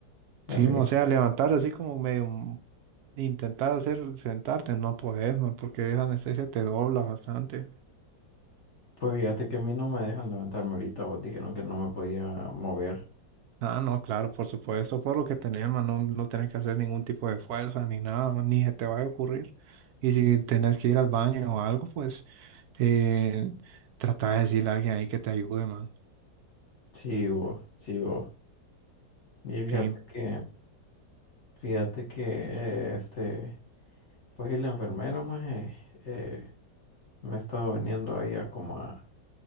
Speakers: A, on the left (about 40°); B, on the right (about 70°).
A: Amigo.
B: sí, man, o sea, levantar así como medio m- intentar hacer sentarte, no podés, man, porque esa anestesia te dobla bastante.
A: Pues fíjate que a mí no me dejan levantarme ahorita. Vos dijeron que no me podía mover.
B: Ah, no, claro, por supuesto, por lo que tenés, man, no, no tenés que hacer ningún tipo de fuerza ni nada, man, ni se te va a ocurrir. Y si tenés que ir al baño o algo, pues Eh, trata de decirle a alguien ahí que te ayude, man.
A: Sigo, sigo. Y fíjate
B: Sí,
A: que, fíjate que, eh, este, pues y la enfermera, mae, eh, me ha estado viniendo ahí a como a,